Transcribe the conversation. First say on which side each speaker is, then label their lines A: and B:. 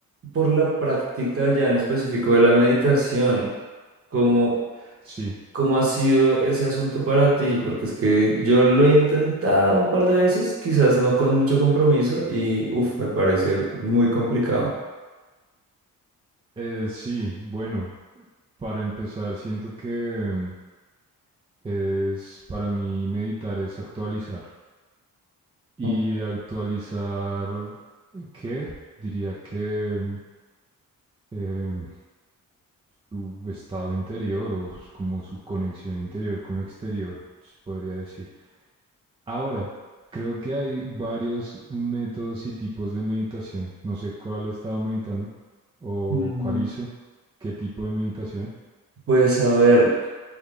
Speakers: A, on the right (about 40°); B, on the right (about 15°).
A: por la práctica ya en específico de la meditación, ¿cómo,
B: Sí,
A: cómo ha sido ese asunto para ti? Porque es que yo lo he intentado un par de veces, quizás no con mucho compromiso, y uff, me parece muy complicado.
B: eh, sí, bueno, para empezar, siento que mm, es para mí meditar es actualizar. Y
A: Mm.
B: actualizar, ¿qué? Diría que em, su estado interior o s- como su conexión interior con lo exterior, se podría decir. Ahora, creo que hay varios métodos y tipos de meditación. No sé cuál estaba meditando o
A: Mm,
B: cuál hizo, qué tipo de meditación.
A: Pues a ver,